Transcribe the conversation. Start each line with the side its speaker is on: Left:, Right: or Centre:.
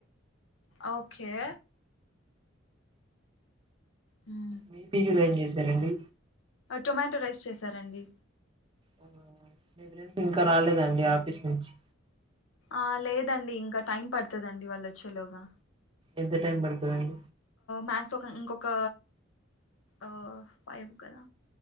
Left: ఓకే హుమ్
Right: మీపీ జి లొఏం చేసారండి
Left: టొమాటో రైస్ చేసారండి
Right: అవునా మీ ఫ్రెండ్స్ ఇంకా రాలేదండి ఆఫీస్ నుంచి
Left: ఆ లేదండి ఇంకా టైం పడతదండి వాళ్ళు వచ్చేలోగా
Right: ఎంత టైమ్ పడతదండి
Left: మ్యాథ్స్ ఒక ఇంకొక అఫైవ్ కదా